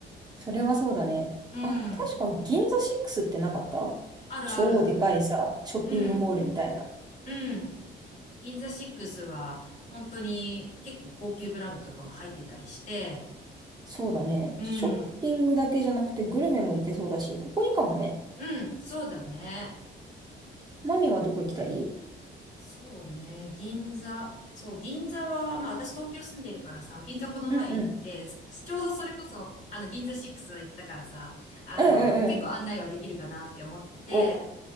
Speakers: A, on the right; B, on the left.
A: それはそうだね。
B: うん、
A: あ、確か銀座6ってなかった超でかいさ、
B: あるある。
A: ショッピングモールみたいな。
B: うん、うん。銀座シックスは、本当に結構高級ブランドとかも入ってたりして、
A: そうだね。
B: うん、
A: ショッピングだけじゃなくてグルメも行けそうだし、ここいいかもね。
B: うん、そうだね。
A: マミはどこ行きたい
B: そうね、銀座。そう、銀座は、まあ私東京住んでるからさ、銀座この前行って、
A: うんうん。
B: ちょうどそれこそ、あの、銀座6は行ったからさ、あの、
A: うんうんうん。
B: 結構案内はできるかなって思ってて、
A: お、